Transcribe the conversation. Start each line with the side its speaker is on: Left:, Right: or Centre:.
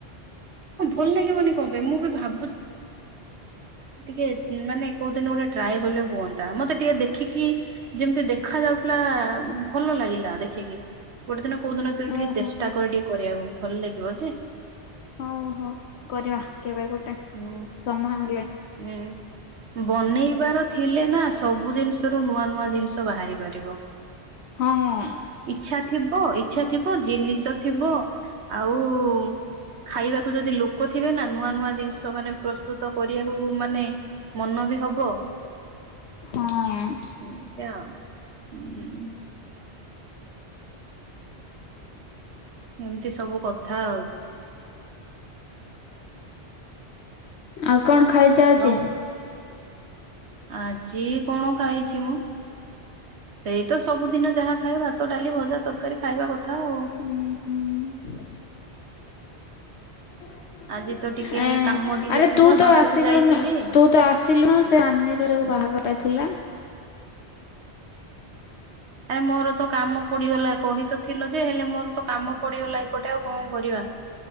Right: ହଁ ଭଲ ଲାଗିବନି କଣ ପାଇଁ ମୁଁ ବି ଭାବୁ ଟିକେ ମାନେ କୋଉଦିନ ଗୋଟେ ଟ୍ରାଏ କଲେ ହୁଅନ୍ତା ମତେ ଟିକେ ଦେଖିକି। ଯେମିତି ଦେଖା ଯାଉଥିଲା ଭଲ ଲାଗିଲା ଦେଖିକି। ଗୋଟେ ଦିନ କୋଉଦିନ ଟିକେ
Left: ଓହୋ
Right: ଚେଷ୍ଟା
Left: ହଁ।
Right: କରେ ଟିକେ କରିବାକୁ ଭଲ ଲାଗିବ ଯେ।
Left: ହଉ ହ କରିବା କେବେ ଗୋଟେ।
Right: ମୁଁ
Left: ସମୟ ହେଲେ।
Right: ହେ ବନେଇବାର ଥିଲେ ନା, ସବୁ ଜିନିଷରୁ ନୂଆ ନୂଆ ଜିନିଷ ବାହାରି ପାରିବ।
Left: ହଁ-ଅଁ-ଉଁ।
Right: ଇଛା ଥିବ, ଇଛା ଥିବ ଜିନିଷ ଥିବ। ଆଉ-ଉଁ ଖାଇବାକୁ ଯଦି ଲୋକ ଥିବେ ନା, ନୂଆ ନୂଆ ଜିନ୍ସ ତମାନେ ପ୍ରସ୍ତୁତ କରିବାକୁ ମାନେ, ମନ ବି ହବ।
Left: ହଁ-ଅଁ
Right: ଏମିତି ଆଉ, ହୁଁ। ଏମିତି ସବୁ କଥା ଆଉ।
Left: ଆଉ କଣ ଖାଇଚ ଆଜି?
Right: ଆଉ ଆଜି କଣ ଖାଇଛି ମୁଁ? ସେଇ ତ ସବୁଦିନ ଯାହା ଖାଏ, ଭାତ୍ ତ, ଡାଲି, ଭଜା, ତରକାରୀ ଖାଇବା କଥା ଆଉ।
Left: ଉଁ, ଉଁ।
Right: ଆଜି ତ ଟିକେ
Left: ଏଁ,
Right: କାମ ଟିକେ
Left: ଆରେ
Right: ଥିଲା
Left: ତୁ ତ
Right: ବାହାରକୁ
Left: ଆସିଲୁନୁ,
Right: ଯାଇଥିଲି
Left: ତୁ ତ ଆସ୍ ତିଲୁନୁ, ସେ ଆନିର ଯୋଉ ବାହାଘରଟା ଥିଲା।
Right: ଆରେ ମୋର ତ କାମ ପଡିଗଲା। କହି ତ ଥିଲ ଯେ, ହେଲେ ମୋର ତ କାମ ପଡିଗଲା ଏପଟେ ଆଉ, କଣ କରିବା?